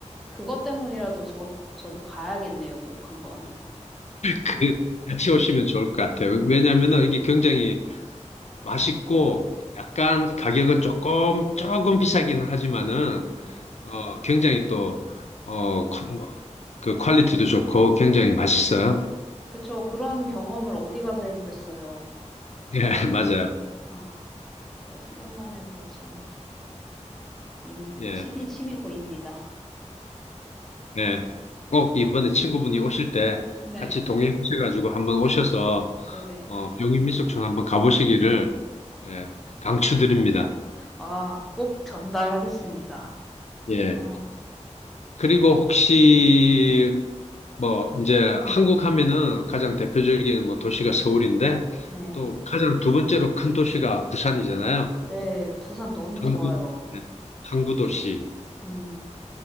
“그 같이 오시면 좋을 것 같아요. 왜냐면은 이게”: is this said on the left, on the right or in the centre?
Left